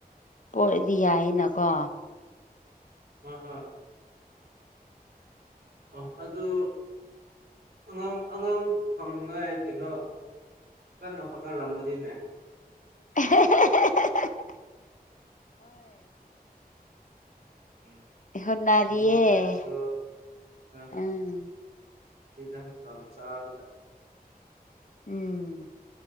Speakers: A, on the left (about 55°); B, on the right (about 85°).
A: ꯄꯣꯔꯗꯤ ꯌꯥꯏꯌꯦꯅꯀꯣ
B: ꯍꯣꯏ ꯍꯣꯏ ꯑꯣ ꯑꯗꯣ ꯑꯉꯥꯡ ꯑꯉꯥꯡ ꯐꯪꯅꯤꯉꯥꯏ ꯀꯩꯅꯣ ꯀꯟꯅ ꯍꯣꯠꯅꯔꯝꯕꯅꯤꯅꯦ
A: ꯍ
B: ꯎꯝ
A: ꯍꯣꯠꯅꯔꯤꯌꯦ
B: ꯑꯝꯕ ꯑꯣꯏꯔꯁꯨ ꯑ
A: ꯎꯝ
B: ꯍꯪꯅꯤꯗ ꯃꯇꯝ ꯆꯥꯕꯗ
A: ꯎꯝ